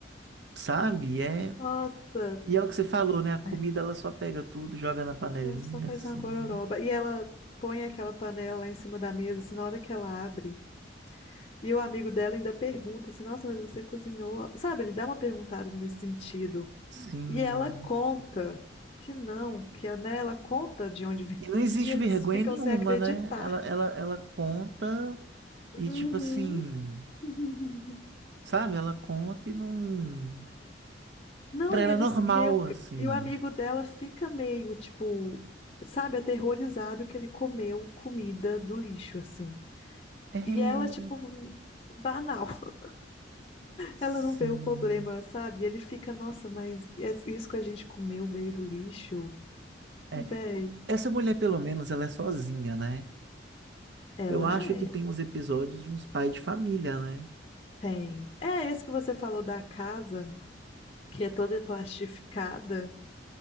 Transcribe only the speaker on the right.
sabe, é.
E é o que você falou, né? A comida
ela só pega tudo, joga na panelinha,
assim.
Sim.
E não existe
vergonha
nenhuma,
né? Ela, ela, ela conta e,
tipo assim,
sabe? Ela conta e não.
Pra
ela
é normal,
assim.
É.
Sim.
É.
Essa mulher, pelo menos, ela é sozinha, né?
Eu acho
que tem uns episódios de uns pais de família, né?